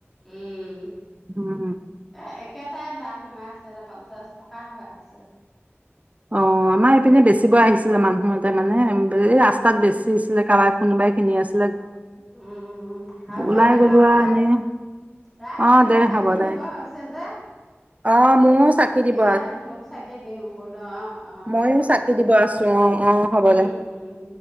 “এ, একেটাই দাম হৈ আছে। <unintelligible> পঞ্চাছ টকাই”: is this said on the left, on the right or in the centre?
Centre